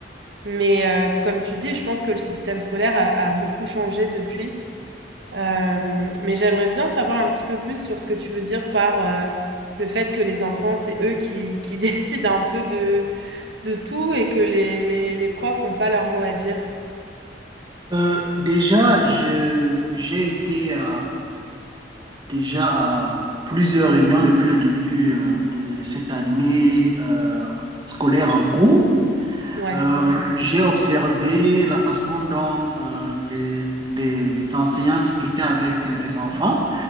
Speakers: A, on the right; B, on the right.
A: Mais euh, comme tu dis, je pense que le système scolaire a, a beaucoup changé depuis. Euh, mais j'aimerais bien savoir un petit peu plus sur ce que tu veux dire par euh, le fait que les enfants, c'est eux qui, qui <laughs> décident un peu de de tout et que les, les, les profs n'ont pas leur mot à dire.
B: Euh, déjà, je, j'ai été euh, déjà à plusieurs réunions depuis le début euh, de cette année euh, scolaire en cours.
A: Ouais.
B: Euh, j'ai observé la façon dont euh, les, les enseignants discutaient avec euh, les enfants